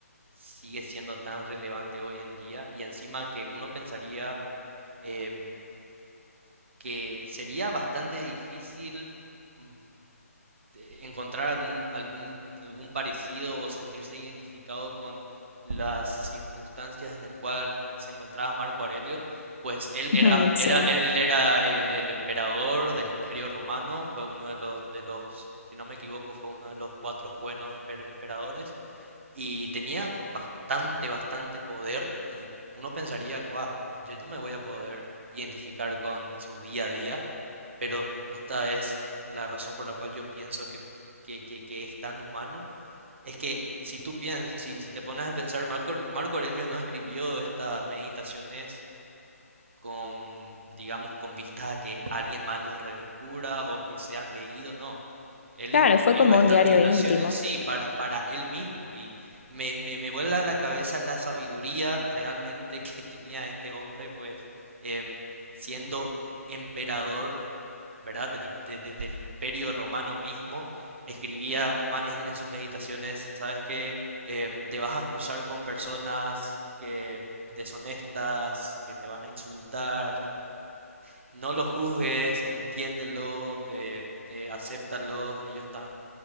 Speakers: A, on the right; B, on the left.
A: sigue siendo tan relevante hoy en día y encima que uno pensaría em, que sería bastante difícil mm, de- encontrar algún, algún, algún parecido o sentirse identificado con las circunstancias en el cual se encontraba Marco Aurelio, pues él
B: <laughs> Ujú,
A: era,
B: Sí,
A: era, él, él era el, el emperador del Imperio Romano, fue uno de los, de los, si no me equivoco, fue uno de los cuatro buenos emper- emperadores y tenía bastante, bastante poder y uno pensaría, guau, yo no me voy a poder identificar con su día a día, pero esta es la razón por la cual yo pienso que, que, que- que es tan humano. Es que si tú piensas, si, si te pones a pensar, Marco, Marco Aurelio no escribió estas meditaciones con, digamos, con vistas a que alguien más los redescubra o que sean leídos, no. Él
B: claro,
A: escribió
B: fue como
A: estas
B: un diario
A: meditaciones,
B: íntimo,
A: sí, para, para él mismo y me, me, me vuela la cabeza la sabiduría realmente que <laughs> tenía este hombre, pues, em, siendo emperador ¿verdad? Del, de- de- del imperio romano mismo, escribía en, en sus meditaciones, ¿sabes qué? Em, te vas a cruzar con personas que deshonestas, que te van a insultar, no los juzgues, entiéndelo, eh, eh, acéptalos, ellos están